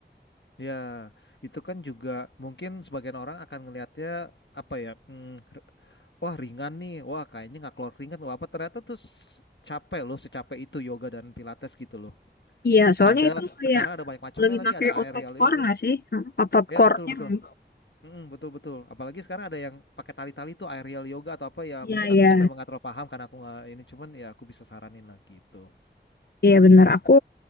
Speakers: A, on the left; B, on the left.
A: Ya, itu kan juga mungkin sebagian orang akan ngelihatnya apa ya? hmm, r- wah ringan nih. Wah, kayaknya nggak keluar keringat atau apa. Ternyata tuh s- capek loh, secapek itu yoga dan pilates gitu loh.
B: Iya, soalnya
A: Ada
B: itu kayak
A: sekarang ada banyak macamnya
B: lebih
A: lagi,
B: pakai
A: ada aerial
B: otot core
A: yoga.
B: nggak sih? Hmm, Otot
A: Ya,
B: core-nya
A: betul betul.
B: kan.
A: Mm, betul betul. Apalagi sekarang ada yang pakai tali-tali tuh aerial yoga atau apa ya.
B: Iya,
A: Mungkin
B: iya.
A: aku sih memang nggak terlalu paham karena aku nggak ini cuman ya aku bisa saranin lah gitu.
B: Iya benar, aku